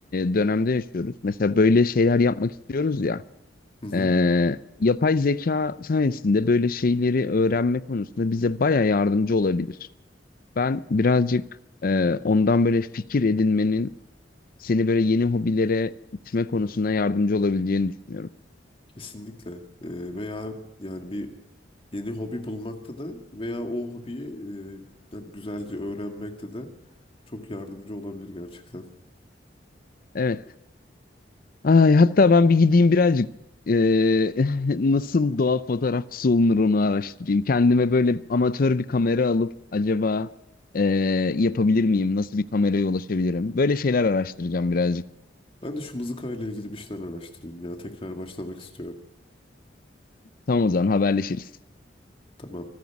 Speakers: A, on the left; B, on the left.
A: dönemde yaşıyoruz. Mesela böyle şeyler yapmak istiyoruz ya.
B: Hı hı.
A: e, yapay zeka sayesinde böyle şeyleri öğrenme konusunda bize baya yardımcı olabilir. Ben birazcık e, ondan böyle fikir edinmenin seni böyle yeni hobilere itme konusunda yardımcı olabileceğini düşünüyorum.
B: Kesinlikle. Ee, veya yani bir yeni hobi bulmakta da veya o hobiyi e, yani güzelce öğrenmekte de çok yardımcı olabilir gerçekten.
A: Evet. Ay, hatta ben bir gideyim birazcık eee, <laughs> nasıl doğa fotoğrafçısı olunur onu araştırayım. Kendime böyle amatör bir kamera alıp acaba eee, yapabilir miyim? Nasıl bir kameraya ulaşabilirim? Böyle şeyler araştıracağım birazcık.
B: Ben de şu mızıkayla ilgili bir şeyler araştırayım ya. Tekrar başlamak istiyorum.
A: Tamam o zaman haberleşiriz.
B: Tamamdır